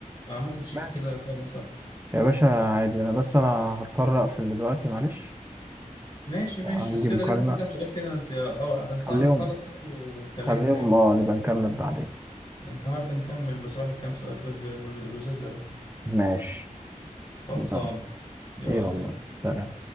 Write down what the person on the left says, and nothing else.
عملت تشيك
كده فعلا صح
ماشي ماشي
بس كده
لسه في كام سؤال كده انت او أتخ-
اتخلص كده وكلمني
تاني
النهارده نكمل بصراحة الكام سؤال دول بلذاذ قوي
خلصان
يلا
سلام